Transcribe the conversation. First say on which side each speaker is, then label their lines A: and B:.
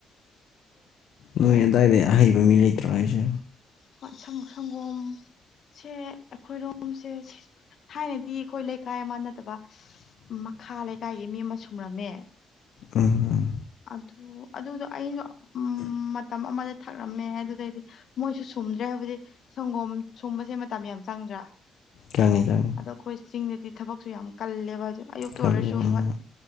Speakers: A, on the left (about 70°); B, on the left (about 55°).
A: ꯅꯣꯏ ꯑꯗꯨꯗꯥꯏꯗ ꯑꯍꯩꯕ ꯃꯤ ꯂꯩꯇ꯭ꯔꯣ ꯍꯥꯏꯁꯦ
B: ꯍꯣꯏ ꯁꯪꯒꯣꯝꯁꯦ ꯑꯩꯈꯣꯏꯔꯣꯝꯁꯦ ꯊꯥꯏꯅꯗꯤ ꯑꯩꯈꯣꯏ ꯂꯩꯀꯥꯏ ꯑꯃ ꯅꯠꯇꯕ ꯃꯈꯥ ꯂꯩꯀꯥꯏꯒꯤ ꯃꯤ ꯑꯃ ꯁꯨꯝꯔꯝꯃꯦ
A: ꯎꯝ
B: ꯑꯗꯨ ꯑꯗꯨꯗꯣ ꯑꯩꯁꯨ ꯎꯝ ꯃꯇꯝ ꯑꯃꯗ ꯊꯛꯂꯝꯝꯃꯦ ꯑꯗꯨꯗꯩꯗꯤ ꯃꯣꯏꯁꯨ ꯁꯨꯝꯗ꯭ꯔꯦ ꯍꯥꯏꯕꯗꯤ ꯁꯪꯒꯣꯝ ꯁꯨꯝꯕꯁꯦ ꯃꯇꯝ ꯌꯥꯝ ꯆꯪꯗ꯭ꯔꯥ
A: ꯆꯪꯉꯦ ꯆꯪꯉꯦ
B: ꯑꯗꯣ ꯑꯩꯈꯣꯏ ꯆꯤꯡꯗꯗꯤ ꯊꯕꯛꯁꯨ ꯌꯥꯝ ꯀꯜꯂꯦꯕ ꯑꯌꯨꯛꯇ
A: ꯈꯜꯂꯦ
B: ꯑꯣꯏꯔꯁꯨ
A: ꯎꯝ
B: ꯍꯣꯏ